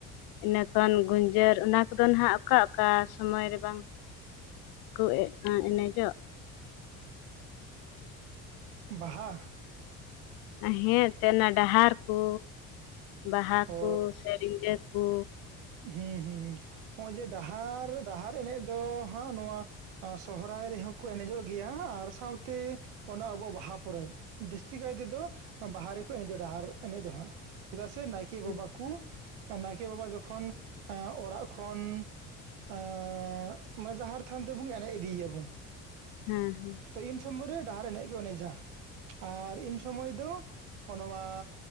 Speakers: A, on the left; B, on the right.
A: ᱤᱱᱟᱹᱠᱷᱚᱱ ᱜᱩᱡᱟᱹᱨ ᱚᱱᱟ ᱠᱚᱫᱚ ᱱᱟᱜ ᱚᱠᱟ ᱚᱠᱟ ᱥᱚᱢᱚᱭ ᱨᱮ ᱵᱟᱝ ᱠᱚ ᱮ ᱮᱱᱮᱡᱚᱜ
B: ᱵᱟᱦᱟ
A: ᱦᱮᱸ ᱮᱱᱛᱮ ᱚᱱᱟ ᱰᱟᱦᱟᱨ ᱠᱚ ᱵᱟᱦᱟ
B: ᱚ
A: ᱠᱚ ᱥᱮᱨᱮᱧ ᱟᱠᱚ
B: ᱦᱩᱸ ᱦᱩᱸ ᱱᱚᱜᱼᱚᱭ ᱡᱮ ᱰᱟᱦᱟᱨ ᱰᱟᱦᱟᱨ ᱮᱱᱮᱡ ᱫᱚ ᱦᱟᱸᱜ ᱱᱚᱣᱟ ᱥᱚᱦᱨᱟᱭ ᱨᱮᱦᱚᱸ ᱠᱚ ᱮᱱᱮᱡᱚᱜ ᱜᱮᱭᱟ ᱟᱨ ᱥᱟᱸᱶᱛᱮ ᱚᱱᱟ ᱟᱵᱚᱣᱟᱜ ᱵᱟᱦᱟ ᱯᱚᱨᱚᱵᱽ ᱡᱟᱹᱥᱛᱤ ᱠᱟᱭ ᱛᱮᱫᱚ ᱵᱟᱦᱟ ᱨᱮᱠᱚ ᱮᱱᱮᱡ ᱰᱟᱦᱟᱨ ᱮᱱᱮᱡ ᱫᱚ ᱦᱟᱸᱜ ᱪᱮᱫᱟᱜ ᱥᱮ ᱱᱟᱭᱠᱮ ᱵᱟᱵᱟ
A: ᱦᱮᱸ
B: ᱠᱩ ᱱᱟᱭᱠᱮ ᱵᱟᱵᱟ ᱡᱚᱠᱷᱚᱱ ᱚᱲᱟᱜ ᱠᱷᱚᱱ ᱟᱸ ᱢᱟᱱᱮ ᱡᱟᱦᱮᱨ ᱛᱷᱟᱱ ᱛᱮᱵᱚᱱ ᱮᱱᱮᱡ ᱤᱫᱤᱭᱮᱭᱟᱵᱚᱱ
A: ᱦᱮᱸ ᱦᱮᱸ
B: ᱛᱚ ᱤᱱ ᱥᱚᱢᱚᱭ ᱨᱮ ᱰᱟᱦᱟᱨ ᱮᱱᱮᱡ ᱜᱮ ᱮᱱᱮᱡᱟ ᱟᱨ ᱤᱱ ᱥᱚᱢᱚᱭ ᱫᱚ ᱟᱸ ᱱᱚᱣᱟ